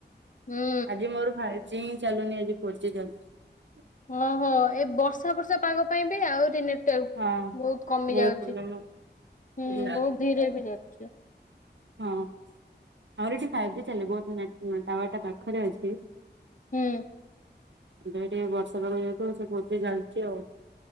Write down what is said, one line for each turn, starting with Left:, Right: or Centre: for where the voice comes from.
Left: ହୁଁ।
Right: ଆଜି ମୋର ଫାଇପ୍। ଚିଁ ଚାଲୁନି ଆଜି ଫୋର୍ ଜି ଚାଲୁଛି।
Left: ଓ ହୋ! ଏ ବର୍ଷା ବର୍ଷା ପାଗ ପାଇଁ ବି ଆହୁରି ନେଟ ଟେ
Right: ହଁ
Left: ବହୁତ୍ କମି
Right: ବହୁତ
Left: ଯାଉଛି।
Right: ପ୍ରୋବ୍ଲେମ
Left: ହୁଁ,
Right: ହଉଛି
Left: ବହୁତ୍ ଧିରେ ବି ଯାଉଛି।
Right: ହଁ, ଆମର ଏଠି ଫାଇଭ୍ ଜି ଚାଲିବ। ଟ-ଟାୱାର ଟା ପାଖରେ ଅଛି।
Left: ହୁଁ।
Right: ଏବେ ଟିକେ ବର୍ଷା ପାାଗ ଯେହେତୁ, ସେ ଭୋଜି ଚାଲଛି ଆଉ।